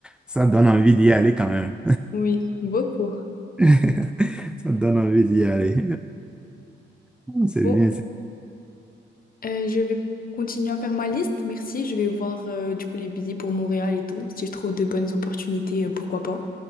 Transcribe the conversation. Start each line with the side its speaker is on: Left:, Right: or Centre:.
Centre: ça donne envie d'y aller quand même.
Left: Oui, beaucoup.
Centre: <laughs> Ça donne envie d'y aller. Ah, C'est
Left: Bon,
Centre: bien.
Left: euh, je vais continuer à faire ma liste. Merci. Je vais voir euh, du coup les billets pour Montréal et tout. Si je trouve de bonnes opportunités, euh, pourquoi pas.